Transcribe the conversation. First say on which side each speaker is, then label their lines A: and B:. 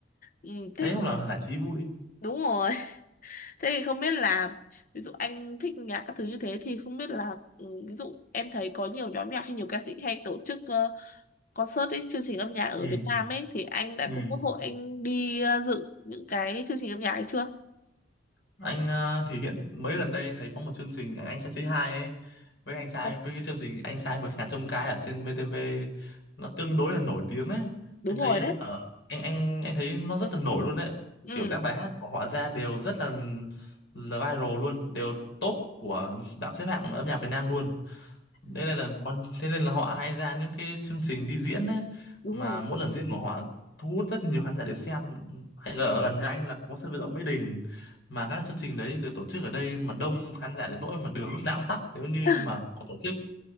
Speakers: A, on the left (about 45°); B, on the left (about 75°).
A: ừ, thế
B: thế cũng là giải trí vui
A: đúng rồi thế thì không biết là ví dụ anh thích nhạc các thứ như thế thì không biết là ừ, ví dụ em thấy có nhiều nhóm nhạc hay nhiều ca sĩ hay tổ chức ờ, concert ấy, chương trình âm nhạc ở
B: ừ
A: Việt Nam ấy thì anh đã
B: ừ
A: có cơ hội anh đi ờ, dự những cái chương trình âm nhạc ấy chưa?
B: anh ờ, thì hiện mới gần đây anh thấy có một chương trình anh trai Say Hi ấy với anh trai
A: Vâng,
B: với cái chương trình anh trai vượt ngàn chông gai ở trên VTV nó tương đối là nổi tiếng ấy
A: Đúng
B: em thấy
A: rồi đấy.
B: ở anh anh anh thấy nó rất là nổi luôn đấy
A: Ừ,
B: kiểu các bài hát của họ ra đều rất là là viral luôn đều top của bảng xếp hạng âm nhạc Việt Nam luôn thế nên là con thế nên là họ hay ra những cái chương trình đi diễn ấy
A: đúng
B: mà
A: rồi.
B: mỗi lần diễn của họ thu hút rất nhiều khán giả đến xem anh ở gần nhà anh là có sân vận động Mỹ Đình mà các chương trình đấy được tổ chức ở đây mà đông khán giả đến nỗi mà đường lúc nào cũng tắc nếu như
A: <laughs>
B: mà có tổ chức